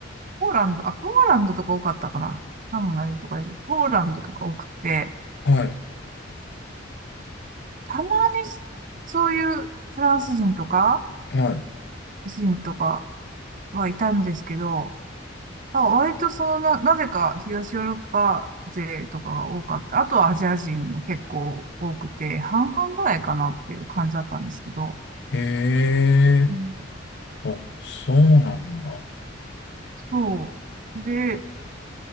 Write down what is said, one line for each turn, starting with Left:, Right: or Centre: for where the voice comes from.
Right: ポーランド、あ、ポーランドとか多かったかな。ハンガリーとかより、ポーランドとか多くて、
Left: はい。
Right: たまにそういうフランス人とか、
Left: はい。
Right: 人とかはいたんですけど、まあ割とそのな、なぜか東ヨーロッパ勢とかが多かった。あとはアジア人も結構多くて、半々ぐらいかなっていう感じだったんですけど、
Left: へえ、
Right: うん
Left: あ、そうなんだ。
Right: そう。で、